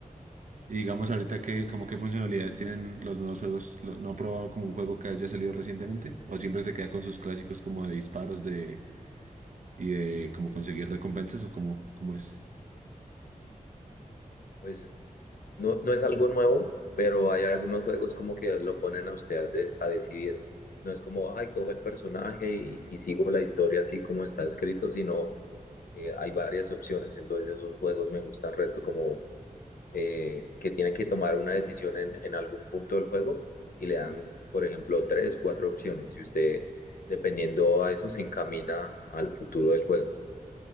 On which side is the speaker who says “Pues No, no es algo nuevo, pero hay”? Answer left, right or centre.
Left